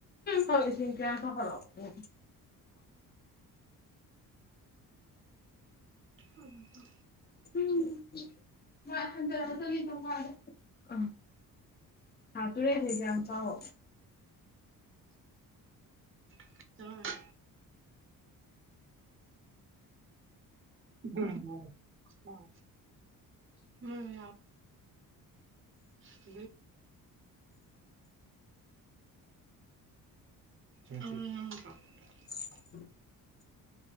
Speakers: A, on the left; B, on the right.
A: ꯍꯁꯤ ꯀ ꯁ ꯐꯂꯣ ꯎ
B: ꯑꯗꯣ
A: ꯎꯝ ꯃꯥ ꯈꯟꯗ ꯆ ꯑ ꯍꯥꯇꯨꯔꯦ ꯍꯥꯏꯖꯝ ꯊꯥꯎ ꯍ
B: ꯑ ꯎꯝ ꯎꯝ ꯌꯥ ꯑꯗꯨ ꯑ ꯀ <unintelligible>
A: <inaudible>